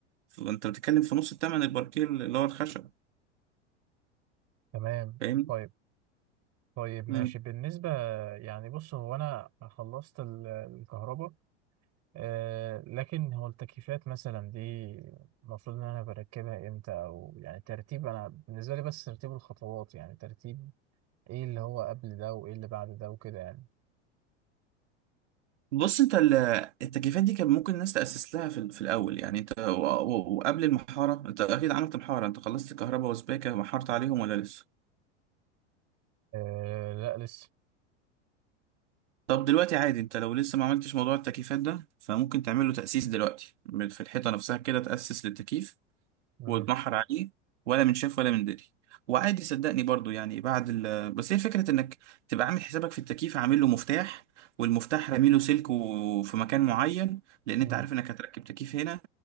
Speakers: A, on the right; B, on the right.
A: فانت بتتكلم في نص الثمن الباركيه اللي هو الخشب
B: تمام
A: فاهمني
B: طيب طيب ماشي
A: مم.
B: بالنسبة يعني بص هو أنا خلصت ال- الكهرباء آه لكن هو التكييفات مثلا دي المفروض إن أنا بركبها إمتى أو يعني ترتيب أنا بالنسبة لي بس ترتيب الخطوات يعني ترتيب إيه اللي هو قبل ده وإيه اللي بعد ده وكده يعني
A: بص انت ال- التكييفات دي كان ممكن الناس تاسس لها في, ال- في الاول يعني انت و- و- وقبل المحاره انت اكيد عملت محاره انت خلصت كهرباء وسباكه ومحرت عليهم ولا لسه
B: آه لا لسه
A: طب دلوقتي عادي انت لو لسه ما عملتش موضوع التكييفات ده فممكن تعمل له تأسيس دلوقتي من- في الحيطة نفسها كده تأسس للتكييف
B: مم.
A: وتمحر عليه ولا من شاف ولا من دري وعادي صدقني برضو يعني بعد ال بس هي فكرة انك تبقى عامل حسابك في التكييف عامل له مفتاح والمفتاح رامي له سلك و- في مكان معين لان
B: مم.
A: انت عارف انك هتركب تكييف هنا